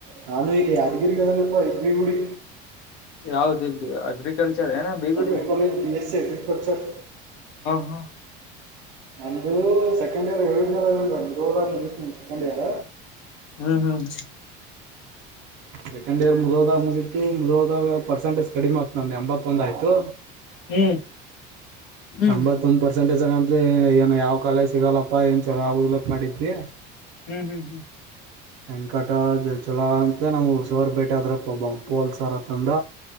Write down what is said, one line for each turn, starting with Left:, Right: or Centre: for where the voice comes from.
Right: ನಾನೂ ಇಲ್ಲ ಅಧಗರಿಗೆದನೆಪ್ಪ ಎಿ ಕೂಡಿ
Left: ಯಾವ್ದ ಇಲ್ದು ಅಗ್ರಿಕಲ್ಚರ್ ಏನ ಬಿಗುಡಿ
Right: ಗ್ರಿ ಕೇಜ್ ಬಿ ಎಸ್ ಸಿ ಎಗ್ರಿಕಲ್ಚರ್
Left: ಹಾ ಹಾ
Right: ನಮ್ದು ಸೆಕೆಂಡ್ ಇಯರ್ ಹೇಳಏೋ ನ ಸೆಕೆಂಡ್ ಇಯರ್
Left: ಹ್ಮ್ ಹ್ಮ್
Right: ಸೆಕೆಂಡ್ ಇಯರ್ ಮುಗೋದಾಗ ಮುಗಿತು ಮುಗೋದಾಗ ಪರ್ಸೆಂಟೇಜ ಕಡಿಮ ಆಗ್ತತ್ತು ಒಂದು ಎಂಬತ್ತೊಂದ ಆಯ್ತು
Left: ಹ್ಮ್ ಹ್ಮ್
Right: ಎಂಬತ್ತೊಂದು ಪರ್ಸೆಂಟೇಜ್ ಂದ ಏನ್ ಯಾವ ಕಾಲೇಜ್ ಸಿಗಲ್ಲಪ್ಪಾ ಏನ್ ಚಲೋ ಆಗೋುದಿಲ್ಲಪ್ಪ ನಡಿದ್ರಿ
Left: ಹ್ಮ್ ಹ್ಮ್ ಹ್ಮ್
Right: ವೆಂಕಟದ ಚಲ ಅಂತಲ ನಾವು ಸೋರ್ ಭೇಟೆ ಆದ್ರಪ್ಪ ಬ ಪೋಲ್ಸಾರ ತಂದ